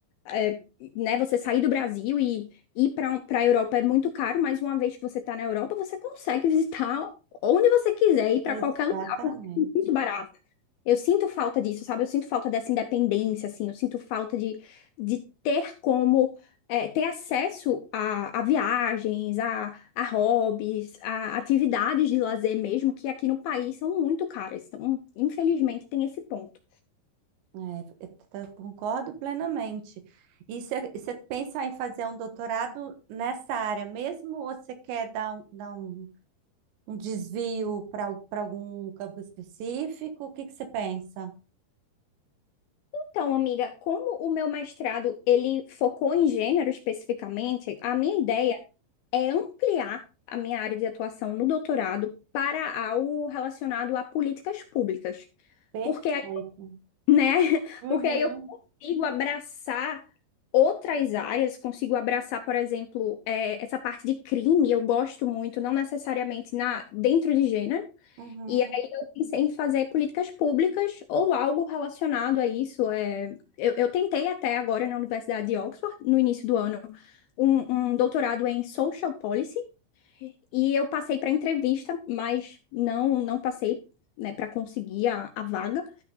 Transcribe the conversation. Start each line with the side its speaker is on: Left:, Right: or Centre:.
Left: é, né, você sair do Brasil e ir para para a Europa é muito caro, mas uma vez que você está na Europa, você consegue <laughs> visitar onde você quiser, ir para
Right: Exatamente.
Left: qualquer lugar, porque é muito barato. Eu sinto falta disso, sabe? Eu sinto falta dessa independência, assim, eu sinto falta de, de ter como. é, ter acesso a, a viagens, a, a hobbies, a atividades de lazer mesmo, que aqui no país são muito caras. Então, infelizmente, tem esse ponto.
Right: É, eu t- concordo plenamente. E você pensa em fazer um doutorado nessa área mesmo, ou você quer dar um, dar um, um desvio para para algum campo específico? O que que você pensa?
Left: Então, amiga, como o meu mestrado ele focou em gênero especificamente, a minha ideia é ampliar a minha área de atuação no doutorado para algo relacionado a políticas públicas.
Right: Perfeito.
Left: Porque aí, né? <laughs>
Right: Uhum.
Left: Porque aí eu consigo abraçar outras áreas, consigo abraçar, por exemplo, eh, essa parte de crime, eu gosto muito, não necessariamente na dentro de gênero,
Right: Uhum.
Left: e aí eu pensei em fazer políticas públicas ou algo relacionado a isso. É, eu, eu tentei até agora na Universidade de Oxford, no início do ano, um, um doutorado em Social Policy, e eu passei para entrevista, mas não, não passei, né, para conseguir a, a vaga.